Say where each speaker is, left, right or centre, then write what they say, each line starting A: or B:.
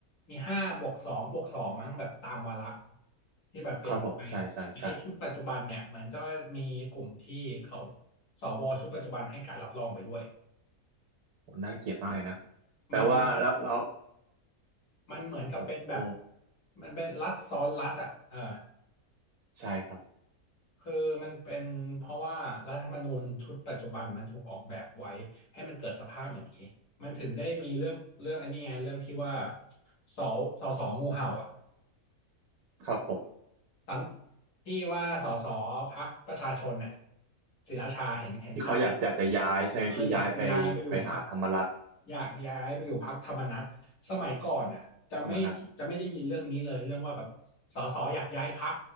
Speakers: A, on the left; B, on the right.
A: มีห้าบวกสองบวกสองมั้งแบบตามวาระที่แบบเปลี่ยนไป
B: ครับผมใช่ใช่ใช่
A: ไอ้ชุดปัจจุบันเนี่ยเหมือนจะมีกลุ่มที่เขาสวชุดปัจจุบันให้การรับรองไปด้วย
B: โหน่าเกลียดมากเลยนะแต่ว่าแล้วแล้ว
A: มัน มันเหมือนกับเป็นแบบ
B: โอ้โห
A: มันเป็นรัฐซ้อนรัฐอ่ะเออ
B: ใช่ครับ
A: คือมันเป็นเพราะว่ารัฐธรรมนูญชุดปัจจุบันมันถูกออกแบบไว้ให้มันเกิดสภาพอย่างนี้มันถึงได้มีเรื่องเรื่องไอ้นี่ไงเรื่องที่ว่าสอสอสองูเห่าอ่ะ
B: ครับผม
A: สังที่ว่าสอสอพรรคประชาชนเนี่ยศิราชาเห็นเห็นข่าว
B: ที่เขาอยากอยากจะย้ายใช่ไหมพี่ย้ายไปไปหาธรรมรัฐ
A: เอออยากจะย้ายไปอยู่พรรค อยากย้ายไปอยู่พรรคธรรมนัสสมัยก่อนอ่ะจะไม่จะไม่ได้ยินเรื่องนี้เลยเรื่องว่าแบบสสอยากย้ายพรรค
B: ธรรมนัฐ